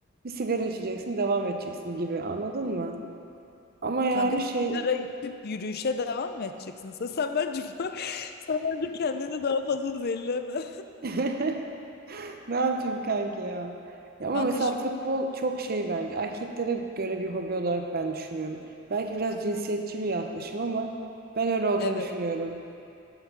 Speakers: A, on the right; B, on the left.
A: Bir sigara içeceksin, devam edeceksin gibi. Anladın mı? Ama yani
B: Kanka
A: şey
B: sigara içip yürüyüşe devam mı edeceksin? Sen, sen bence bu- <laughs> sen bence kendini daha fazla zehirleme.
A: <laughs> ne yapayım kanki ya? Ya ama
B: Kanka
A: mesela
B: şimdi
A: futbol çok şey bence. Erkeklere göre bir hobi olarak ben düşünüyorum. Belki biraz cinsiyetçi bir yaklaşım ama ben öyle olduğunu
B: evet
A: düşünüyorum.